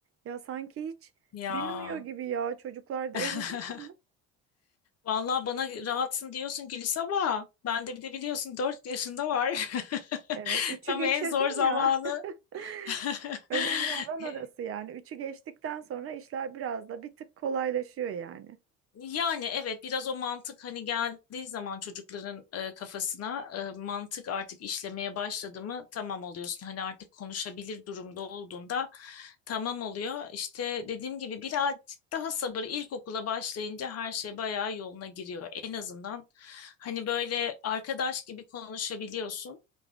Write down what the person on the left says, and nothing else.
Ya.
<laughs>
Vallahi bana rahatsın diyorsun Gülis ama ben de bir de biliyorsun 4 yaşında var.
<laughs>
Tam
en zor zamanı.
<laughs>
<laughs>
Yani evet biraz o mantık hani geldiği zaman çocukların e, kafasına e, mantık artık işlemeye başladı mı tamam oluyorsun. Hani artık konuşabilir durumda olduğunda tamam oluyor. İşte dediğim gibi birazcık daha sabır ilkokula başlayınca her şey bayağı yoluna giriyor. En azından hani böyle arkadaş gibi konuşabiliyorsun.